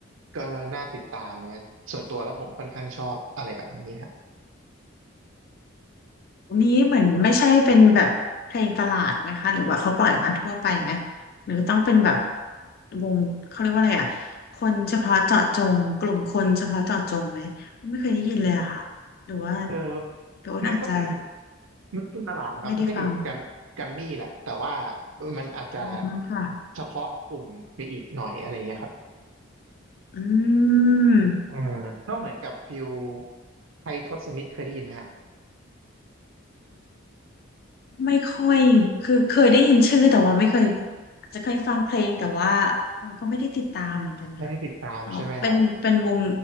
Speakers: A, on the right (about 75°); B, on the left (about 45°).
A: ก็น่าติดตามเงี้ยส่วนตัวแล้วผมค่อนข้างชอบอะไรแบบนี้ฮะ
B: นี้เหมือนไม่ใช่เป็นแบบเพลงตลาดไหมคะหรือว่าเขาปล่อยมาทั่วไปไหมหรือต้องเป็นแบบวงเขาเรียกว่าอะไรอ่ะคนเฉพาะเจาะจงกลุ่มคนเฉพาะเจาะจงไหมไม่เคยได้ยินเลยอะค่ะหรือว่า
A: เออ
B: หรือว่าอาจจะ
A: มันก็เป็นมันก็เป็นตลาดครับมันก็อยู่แกรมแกรมมี่แหละแต่ว่า
B: ไม่ได้ฟัง
A: มันอาจจะ
B: อืมค่ะ
A: เฉพาะกลุ่มไปอีกหน่อยอะไรเงี้ยครับ
B: อืม
A: อ่าก็เหมือนกับฟิลไทยทศมิตรเคยได้ยินไหมฮะ
B: ไม่ค่อยคือเคยได้ยินชื่อแต่ว่าไม่เคย จะเคยฟังเพลงแต่ว่าเออก็ไม่ได้ติดตามเหมือนกันค่ะ
A: ไม่ได้ติดตามใช่ไหมครับ
B: อ๋อเป็นเป็นวง